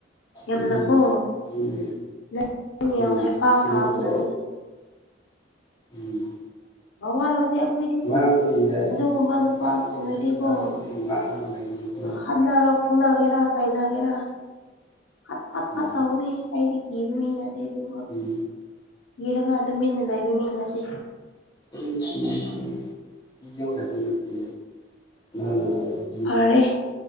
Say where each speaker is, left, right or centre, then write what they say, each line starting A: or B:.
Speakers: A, on the left (about 80°); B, on the left (about 20°).
A: ꯌꯥꯝꯅꯀꯣ
B: ꯎꯝ ꯑꯗꯨꯅꯦ
A: ꯅꯪ
B: ꯎꯝ
A: ꯌꯥꯝ ꯍꯩꯄꯥ
B: ꯆꯦꯛꯁꯤꯜꯂꯨꯀꯣ
A: ꯁꯥꯕꯖꯥꯠꯅꯤ
B: ꯎꯝ
A: ꯅꯋꯥ ꯂꯧꯗꯦ ꯑꯩꯈꯣꯏꯗꯤꯀꯣ
B: ꯉꯥꯡꯕ ꯌꯥꯏ
A: ꯑꯗꯨꯒꯨꯝꯕ ꯅꯨꯄꯥ
B: ꯉꯥꯡꯕ
A: ꯐꯪꯉꯗꯤꯀꯣ
B: ꯌꯥꯏ ꯉꯥꯡ ꯑꯗꯨꯝ ꯉꯥꯡꯔꯒ ꯂꯩꯒꯅꯨꯀꯣ
A: ꯍꯠꯅ ꯐꯨꯅꯒꯦꯔꯥ ꯆꯩꯥꯅꯒꯦꯔꯥ ꯐꯠ ꯐꯠ
B: ꯎꯝ
A: ꯐꯠ ꯇꯧꯒꯅꯤ ꯑꯩꯗꯤ ꯀꯤꯕ ꯃꯤꯅꯠꯇꯦ ꯑꯗꯨꯒ
B: ꯎꯝ
A: ꯀꯤꯔꯒ ꯇꯨꯃꯤꯟꯅ ꯂꯩꯕ ꯃꯤ ꯅꯠꯇꯦ
B: <unintelligible>
A: ꯐꯔꯦ